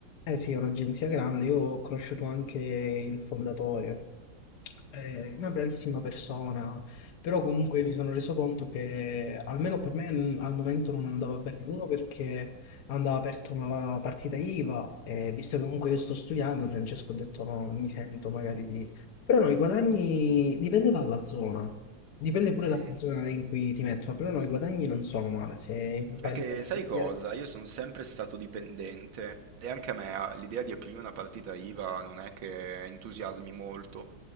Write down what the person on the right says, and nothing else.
Mm.
È che
sai
cosa? Io sono sempre stato dipendente e anche a me ah, l'idea di aprire una partita IVA non è che entusiasmi molto.